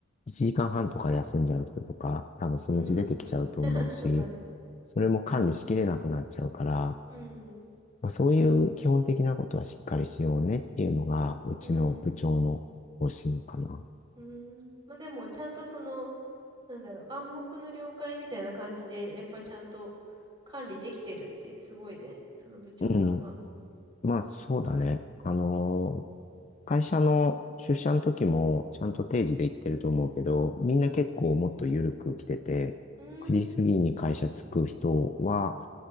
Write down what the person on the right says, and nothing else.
うん。<laughs> そうだね。
うん。
うん。うん。まあでも、ちゃんとその、なんだろう、暗黙の了解みたいな感じで、やっぱちゃんと管理できてるってすごいね。その部長さんは。
うー
ん。